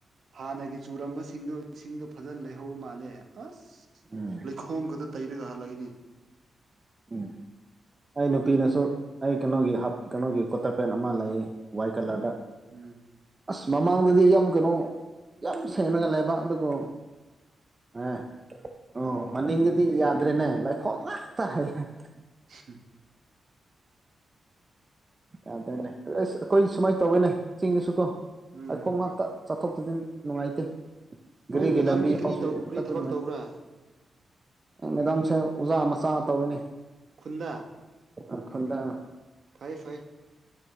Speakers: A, on the right (about 45°); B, on the right (about 20°).
A: ꯍꯥꯟꯅꯒꯤ ꯆꯨꯔꯝꯕꯁꯤꯡꯗꯣ ꯏꯁꯤꯡꯗꯣ ꯐꯖꯅ ꯂꯩꯍꯧꯕ ꯃꯥꯜꯂꯦ ꯑꯁ
B: ꯎꯝ
A: ꯂꯩꯈꯣꯝꯒꯗꯣ ꯇꯩꯔꯒ ꯍꯜꯂꯛꯏꯅꯦ
B: ꯎꯝ ꯑꯩ ꯅꯨꯄꯤꯅꯁꯨ ꯑꯩ ꯀꯩꯅꯣꯒꯤ ꯍꯥꯞ ꯀꯩꯅꯣꯒꯤ ꯀ꯭ꯋꯥꯇ꯭ꯔ ꯄꯦꯟ ꯑꯃ ꯂꯩꯌꯦ ꯋꯥꯏ ꯀꯂ꯭ꯔꯗ
A: ꯎꯝ ꯎꯝ
B: ꯑꯁ ꯃꯃꯥꯡꯗꯗꯤ ꯌꯥꯝ ꯀꯩꯅꯣ ꯌꯥꯝ ꯁꯦꯡꯅꯒ ꯂꯩꯕ ꯑꯗꯨꯕꯨ ꯑꯦ ꯑꯣ ꯃꯅꯤꯡꯗꯗꯤ ꯌꯥꯗ꯭ꯔꯦꯅꯦ ꯂꯩꯈꯣꯝ ꯉꯥꯛ ꯇ ꯍꯩ ꯍꯥꯏ
A: ꯎꯝ
B: ꯌꯥꯗꯣꯏꯅꯦ ꯑꯁ ꯑꯩꯈꯣꯏ ꯁꯨꯃꯥꯏꯅ ꯇꯧꯋꯦꯅꯦ ꯆꯤꯡꯗꯁꯨꯀꯣ
A: ꯎꯝ
B: ꯑꯩꯈꯣꯡ ꯉꯥꯛꯇ ꯆꯠꯊꯣꯛꯄꯗꯤꯝ ꯅꯨꯡꯉꯥꯏꯇꯦ
A: ꯅꯣꯏ
B: ꯒꯥꯔꯤꯒꯤ
A: ꯃꯦꯗꯥꯝꯗꯤ
B: ꯂꯝꯕꯤ
A: ꯀꯔꯤ
B: ꯐꯥꯎꯁꯤ
A: ꯇꯧꯕ
B: ꯑꯗꯨꯝ
A: ꯀꯔꯤ
B: ꯆꯠꯄ
A: ꯊꯕꯛ
B: ꯅꯨꯡꯉꯥꯏꯇꯦ
A: ꯇꯧꯕ꯭ꯔꯥ
B: ꯃꯦꯗꯥꯝꯁꯦ ꯑꯣꯖꯥ ꯃꯆꯥ ꯇꯧꯋꯤꯅꯦ
A: ꯈꯨꯟꯗ
B: ꯑ ꯈꯟꯗꯥ
A: ꯐꯩ ꯐꯩ